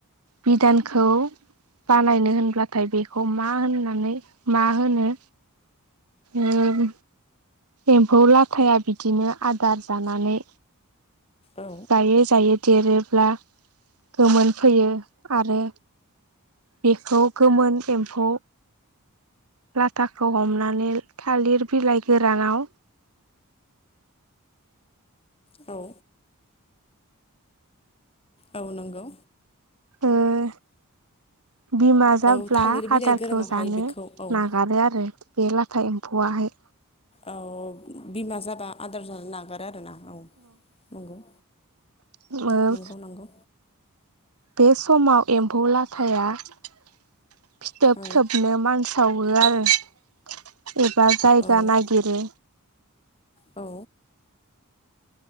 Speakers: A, on the right (about 80°); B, on the left (about 25°).
A: बिधानखौ बानायनो होनब्लाथाय बेखौ मा होननानै मा होनो ओम एम्फौ लाथायाया बिदिनो आदार जानानै
B: औ
A: जायै जायै देरोब्ला गोमोनफैयो आरो बेखौ गोमोन एम्फौ लाथाखौ हमनानै थालिर बिलाइ गोरानाव
B: औ औ नंगौ
A: ओ बिमा जाब्ला
B: औ थालिर बिलाइ
A: आदारखौ
B: गोरानावहाय
A: जानो
B: बेखौ औ
A: नागारो आरो बे लाथाय एम फौआहाय
B: औ बिमा जाबा आदार जानो नागारो आरोना औ नंगौ
A: उनाव
B: नंगौ नंगौ
A: बे समाव एम्फौ लाथाया फिथोब
B: औ
A: थोबनो मानासाव होयो आरो एबा जायगा
B: औ
A: नागिरो
B: औ